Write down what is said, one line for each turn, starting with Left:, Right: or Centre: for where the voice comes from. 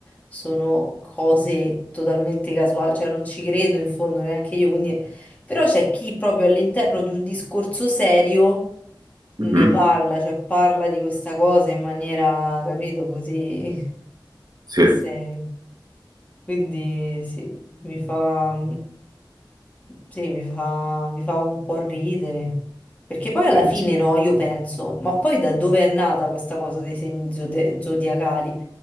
Left: sono cose totalmente casuali, cioè non ci credo in fondo neanche io, quindi però c'è chi proprio all'interno di un discorso serio
Right: Mhm.
Left: ne parla, cioè parla di questa cosa in maniera, capito, così
Right: Sì,
Left: seria. Quindi sì, mi fa, sì, mi fa, mi fa un po' ridere. Perché poi alla
Right: sì.
Left: fine no, io penso, ma poi da dove è nata questa cosa dei segni zode- zodiacali?